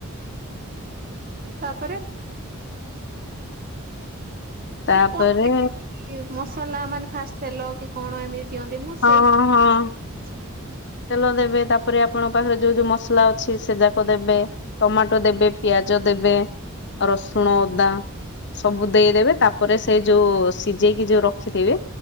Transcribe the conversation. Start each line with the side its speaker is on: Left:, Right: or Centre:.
Right: ତାପରେ?
Left: ତାପରେ
Right: ମାନେ କଣ <inaudible> ମସଲା ମାନେ ଫାଷ୍ଟ ତେଲ କି କଣ ଏମିତି? ଦିଅନ୍ତି ମୁଁ
Left: ହଁ
Right: ସେଇଠୁ
Left: ହଁ
Right: <inaudible>
Left: ତେଲ ଦେବେ ତାପରେ ଆପଣଙ୍କ ପାଖରେ ଯୋଉ ଯୋଉ ମସଲା ଅଛି ସେ ଯାକ ଦେବେ ଟମାଟୋ ଦେବେ, ପିଆଜ ଦେବେ, ରସୁଣ ଅଦା ସବୁ ଦେଇଦେବେ ତାପରେ ସେ ଯୋଉ ସିଝେଇକି ଯୋଉ ରଖିଥିବେ